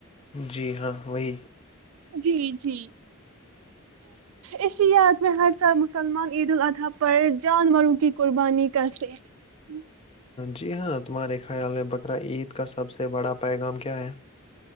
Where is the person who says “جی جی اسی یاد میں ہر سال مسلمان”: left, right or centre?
Right